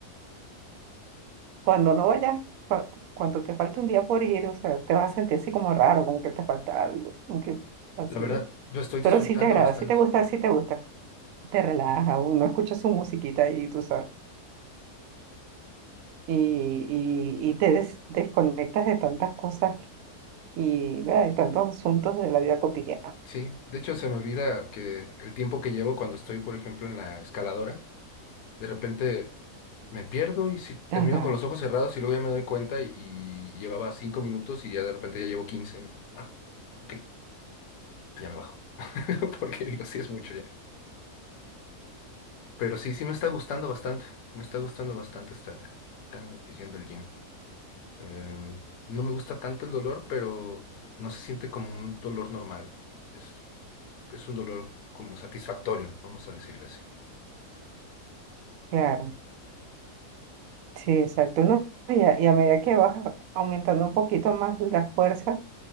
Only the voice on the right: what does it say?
cuando no vayas, cua- cuando te falta un día por ir, o sea, te vas a sentir así como raro, como que te falta algo, como que así.
¿eh?
Pero sí te agrada,
sí te gusta, sí te gusta. Te relaja, uno escucha su musiquita y tú sabes. Y, y, y te des- desconectas de tantas cosas y, ¿verdad? y tantos asuntos de la vida cotidiana.
Ajá,
claro. Sí, exacto. ¿no? Y a, y a medida que vas a- aumentando un poquito más la fuerza